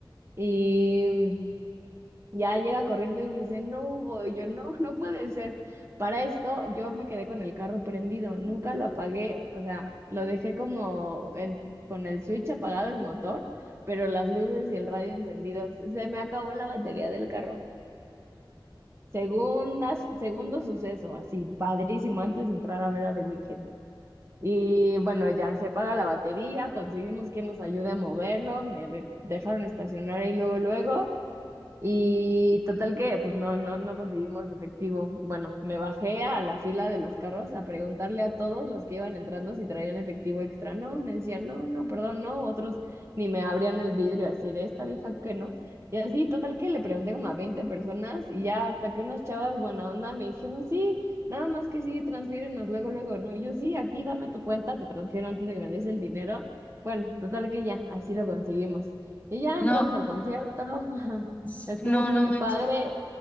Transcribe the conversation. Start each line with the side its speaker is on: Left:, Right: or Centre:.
Right: y ya llega corriendo y me dice, no hubo. Y yo, no, <laughs> no puede ser. Para esto, yo me quedé con el carro prendido, nunca lo apagué, o sea, lo dejé como en- con el switch apagado el motor, pero las luces y el radio encendidos. Se me acabó la batería del carro. Segunda, segundo suceso, así, padrísimo, antes de entrar a ver a The Weeknd. Y bueno, ya se paga la batería, conseguimos que nos ayude a moverlo, me de- dejaron estacionar ahí luego, luego. Y total que pues no, no, no conseguimos efectivo. Bueno, me bajé a la fila de los carros a preguntarle a todos los que iban entrando si traían efectivo extra. No, me decían, no, no, perdón, no. Otros ni me abrían el vidrio así de esta vieja que no. Y así, total que le pregunté como a 20 personas y ya hasta que unas chavas buena onda me dijeron, sí, nada más que sí, transfiérenos luego, luego, ¿no? Y yo sí, aquí dame tu cuenta, te transfiero antes de que me des el dinero. Bueno, total que ya, así lo conseguimos. Y ya
Left: No,
Right: entramos al concierto. <laughs>
Left: s-
Right: Estuvo
Left: no,
Right: muy
Left: no manches.
Right: padre,